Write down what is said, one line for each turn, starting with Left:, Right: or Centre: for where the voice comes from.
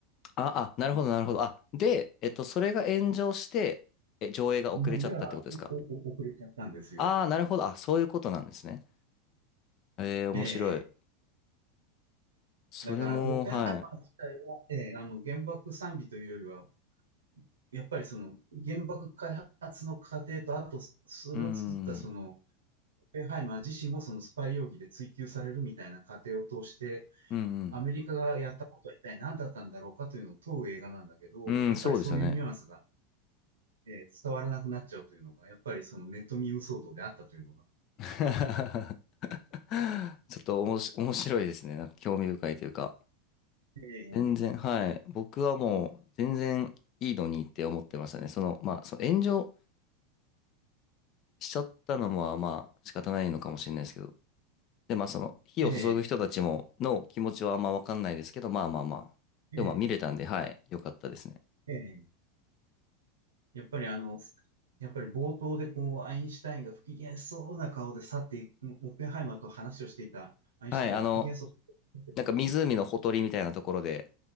Left: あ、あ、なるほど、なるほど。あ、で、えっと、それが炎上して、え、上映が遅れちゃったってことですか
Right: 日本では、こう、遅れちゃったんですよ。
Left: ああー、なるほど。あ、そういうことなんですね。えー、面白い。
Right: ええ
Left: それも、
Right: だから、オッペンハイマー自体は、
Left: はい。
Right: ええあの、原爆賛美というよりは、やっぱりその原爆開発の過程と、あとそれを作ったその
Left: うーん、
Right: オペンハイマー自身もそのスパイ容疑で追及されるみたいな過程を通して、
Left: うん、うん、
Right: アメリカがやったことは一体何だったんだろうかというのを問う映画なんだけど、
Left: うん、
Right: やっぱりそういうニュアンスが、
Left: そうですよね。
Right: えー伝わらなくなっちゃうというのが、やっぱりそのネットミーム騒動であったというのが。
Left: <laughs> <laughs> ちょっとおもし、面白いですね。なんか興味深いというか。
Right: ええ
Left: 全然、はい。僕はもう全然いいのにって思ってましたね。その、まあ、その炎上しちゃったのは、まあ、仕方ないのかもしれないですけど。で、まあ、その、火を注ぐ人たちも、
Right: ええ
Left: の気持ちはあんまわかんないですけど、まあまあまあ。
Right: え
Left: でもまあ見れたんで、はい。よかったですね。
Right: えええやっぱりあの、やっぱり冒頭でこう、アインシュタインが不機嫌そうな顔で去っていく、オッペンハイマーと話をしていたアインシュタインが不機嫌そうな時
Left: はい。あの、なんか湖のほとりみたいなところで、